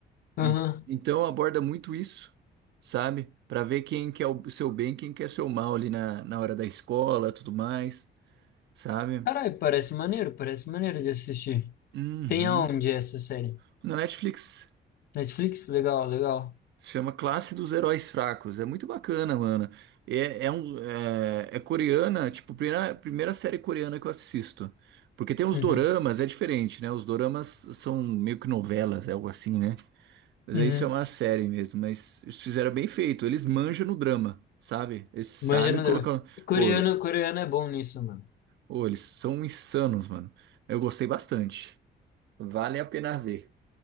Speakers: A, on the left; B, on the right.
A: aham.
B: E- então aborda muito isso, sabe? Pra ver quem quer o seu bem, quem quer seu mal ali na, na hora da escola, tudo mais, sabe?
A: Caralho, parece maneiro, parece maneiro de assistir.
B: Uhum.
A: Tem aonde essa série?
B: Na Netflix.
A: Netflix? Legal, legal.
B: Chama Classe dos Heróis Fracos. É muito bacana, mano. É, é, um, é, é coreana, tipo, primeira, primeira série coreana que eu assisto. Porque tem os
A: Uhum,
B: doramas, é diferente, né? Os doramas são meio que novelas, é algo assim, né? Mas
A: uhum.
B: aí isso é uma série mesmo. Mas eles fizeram bem feito. Eles manjam no drama, sabe? Eles sabem
A: Manja no
B: colocar.
A: drama.
B: Ô,
A: Coreano, coreano é bom nisso, mano.
B: ô, eles são insanos, mano. Eu gostei bastante. Vale a pena ver.